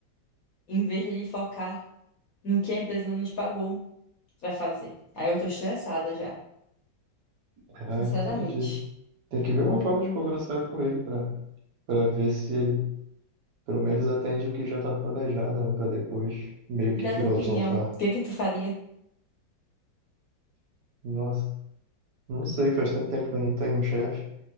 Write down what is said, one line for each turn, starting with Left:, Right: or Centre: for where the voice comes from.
Left: em vez de ele focar no que a empresa não te pagou. pra fazer. Aí eu tô estressada já,
Right: Ah,
Left: sinceramente.
Right: entendi. Tem que ver uma forma de conversar com ele para para ver se ele pelo menos atende o que já está planejado, né? Para depois meio
Left: Me
Right: que
Left: dá
Right: filosofar.
Left: tua opinião, o que que tu faria?
Right: Nossa, não sei, faz tanto tempo que eu não tenho um chefe.